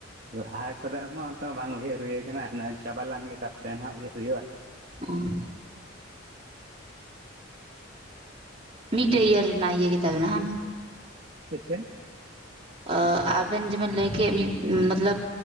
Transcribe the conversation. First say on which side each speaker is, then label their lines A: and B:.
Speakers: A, on the right; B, on the right.
A: ᱞᱟᱦᱟ ᱠᱷᱫᱟᱜ ᱢᱟ ᱚᱱᱠᱟ ᱵᱟᱝ ᱩᱭᱦᱟᱹᱨ ᱦᱩᱭ ᱟᱠᱟᱱᱟ ᱪᱟᱵᱟ ᱞᱮᱱ ᱜᱮ ᱛᱟᱨᱯᱚᱛᱮ ᱱᱟᱜ ᱩᱭᱦᱟᱹᱨ ᱦᱩᱭᱩᱜᱼᱟ᱾
B: ᱚ <inaudible> ᱢᱤᱫᱴᱮᱡ ᱤᱭᱟᱹᱟ ᱨᱮᱱᱟᱜ ᱤᱭᱟᱹ ᱜᱮ ᱛᱟᱵᱮᱱᱟ ᱦᱟᱝ?
A: ᱪᱮᱫ ᱪᱮᱫ?
B: ᱟ ᱟᱵᱮᱱ ᱡᱮᱵᱤᱱ ᱞᱟᱹᱭ ᱠᱮᱫ ᱢᱤᱫ ᱢᱚᱛᱞᱚᱵ